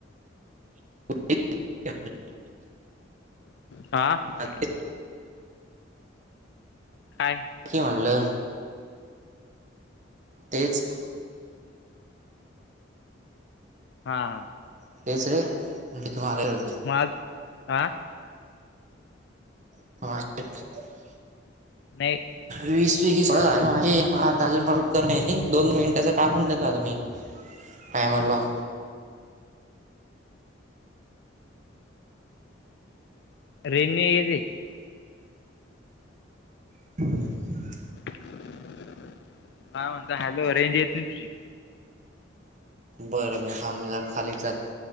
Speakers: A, on the right (about 40°); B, on the left (about 60°).
A: <unintelligible> <inaudible>
B: आ <unintelligible>
A: ना
B: काय
A: की म्हणलं तेच
B: हा.
A: <unintelligible> <inaudible>
B: माझ आं
A: <unintelligible> <inaudible>
B: नई
A: वीस पैकी सोळा झालेत माझे <unintelligible> मग आता अजून तर <unintelligible> दोन मिनिटाच टाकून देत तुम्ही टायमर लावून.
B: रेंज ही गेली.
A: <unintelligible>
B: काय म्हणता हॅलो रेंज येत ना तुझी.
A: बरं बरं थांब जरा खालीच जातो.